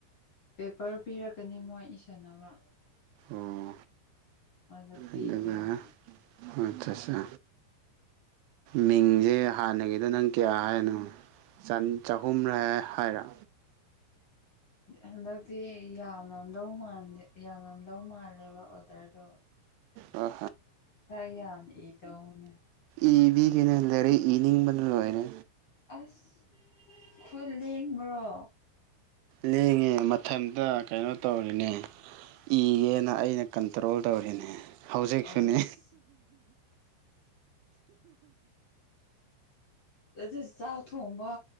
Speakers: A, on the left (about 40°); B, on the right (about 85°).
A: ꯄꯦꯄꯔ ꯄꯤꯔꯛꯀꯅꯤ ꯃꯣꯏ ꯏꯁꯟꯅꯕ
B: ꯑꯣ
A: ꯑꯗꯨ ꯄꯤꯗꯣꯏꯅꯦ
B: ꯑꯗꯨꯒ ꯑꯠꯆꯥ ꯆꯥ ꯃꯤꯡꯖꯦ ꯍꯥꯟꯅꯒꯤꯗꯣ ꯅꯪ ꯀꯌꯥ ꯍꯥꯏꯅꯣ ꯆꯅꯤ ꯆꯍꯨꯝꯔꯥ ꯍꯥꯏꯔꯣ
A: ꯍꯟꯗꯛꯇꯤ ꯌꯥꯝꯔꯝꯗꯧ ꯃꯥꯟꯗꯦ ꯌꯥꯝꯔꯝꯗꯧ ꯃꯥꯜ ꯗꯦꯕ ꯑꯣꯗꯔꯗꯣ
B: ꯍꯣꯏ
A: ꯈꯔ ꯌꯥꯝ ꯏꯗꯧꯅꯦ
B: ꯏꯕꯤꯒꯦꯅ ꯂꯥꯏꯔꯤꯛ ꯏꯅꯤꯡꯕꯅ ꯂꯣꯏꯔꯦ
A: ꯑꯁ ꯈꯨꯠ ꯂꯦꯡꯕ꯭ꯔꯣ
B: ꯂꯦꯡꯉꯦ ꯃꯊꯟꯇ ꯀꯩꯅꯣ ꯇꯧꯔꯦꯅꯦ ꯏꯒꯦꯅ ꯑꯩꯅ ꯀꯟꯇ꯭ꯔꯣꯜ ꯇꯧꯔꯦꯅꯦ ꯍꯧꯖꯤꯛꯁꯨꯅꯦ
A: ꯑꯁ ꯑꯗꯨ ꯆꯥꯛ ꯊꯣꯡꯕ